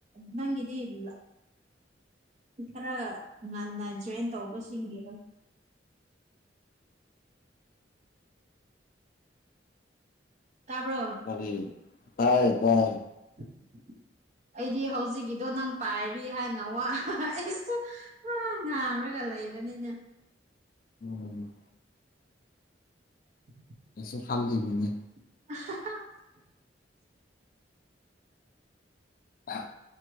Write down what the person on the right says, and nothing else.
ꯅꯪꯗꯤ ꯏꯜ ꯈꯔ ꯉꯟꯅ ꯖꯣꯏꯟ ꯇꯧꯕꯁꯤꯡꯒꯤꯦꯔꯣ ꯇꯥꯕ꯭ꯔꯣ
ꯎ ꯑꯩꯗꯤ ꯍꯧꯖꯤꯛꯀꯤꯗꯣ ꯅꯪ ꯄꯥꯏꯔꯤ ꯍꯥꯏꯅ ꯋꯥ ꯑꯩꯁꯨ ꯉꯥꯡꯔꯒ ꯗꯩꯕꯅꯤꯅ
ꯎꯝ
<inaudible>